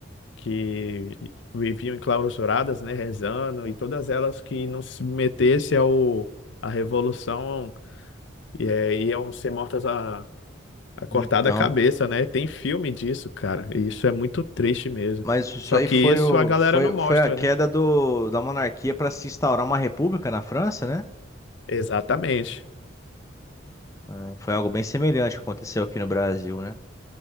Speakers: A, on the left (about 65°); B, on the left (about 15°).
A: que viviam enclausuradas, né, rezando, e todas elas que não se submetessem ao, à revolução e, é, iam ser mortas a, a cortada
B: Então.
A: a cabeça, né? Tem filme disso, cara, e isso é muito triste mesmo.
B: Mas isso
A: Só
B: aí
A: que
B: foi,
A: isso
B: o,
A: a galera
B: foi,
A: não mostra,
B: foi a queda
A: né?
B: do, da monarquia para se instaurar uma república na França, né?
A: Exatamente.
B: É, Foi algo bem semelhante que aconteceu aqui no Brasil, né?